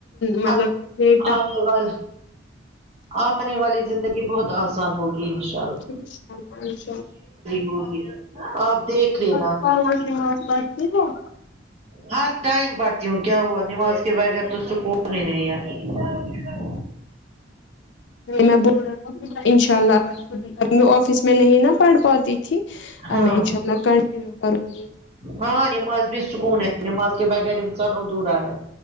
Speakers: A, on the left; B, on the right.
A: مطلبٹ
B: آپ آنے وال آنے والی زندگی بہت آسان ہوگی اناءلہ
A: <unintelligible>
B: ہوگی آپ دیکھ لینا
A: ہر پاوا سے بات کرتی ہوں
B: ہر ٹائم پڑتی ہوں کیا ہوا نماز کے بغیر تو سکون ہی نہیں ہے ایدار ویدار
A: میں بول رہا تھا انشاء اللہ ابھی آفس میں نہیں نا پڑھ پاتی تھی ا
B: ہاں
A: میں انشاء اللہ کنٹنییو کروں گی
B: ہاں نماز بھی سکون ہے نماز کے بغیر انسان ادھورا ہے